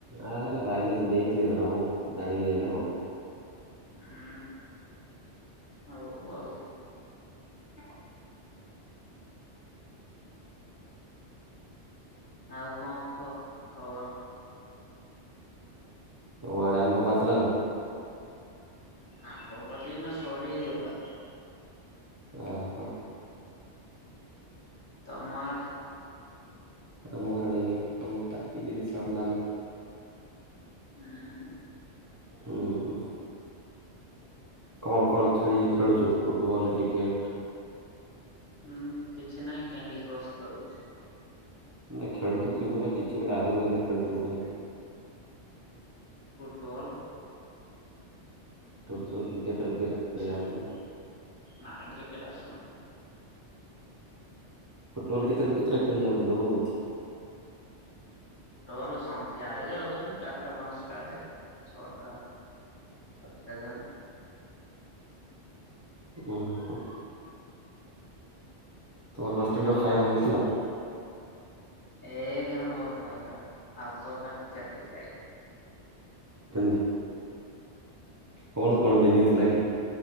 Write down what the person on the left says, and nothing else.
ହୁଁ ହଉ ଆଉ।
ଆଉ କଣ କହ ଖବର।
ଆମ୍ବ ବଗି ନା ସରିଗଲା।
ତମ ଆଡେ।
<unintelligible>
ହୁଁ କିଛି ନାହିଁ କ୍ୟାଣ୍ଡି କ୍ରସ୍ ଖାଳୁଛି।
ଫୁଟୁବଲ୍।
କିଛି
ନାଇଁ କ୍ରିକେଟ୍ ଆସୁନ।
ଟବଲ୍ ସନ୍ଧ୍ୟାଆଡ଼େ ଯାଉଥିଲୁ ଚାରିଟା ପାଞ୍ଚଟ ଟାରେ ଛଅଟା ସାତଟା ଯାଏଁ।
ଆଉ
ତତେ
ଏକ ନମ୍ବର ଖାଇବା ହାତ ଚାଟି ଚାଟି ଖାଇବ।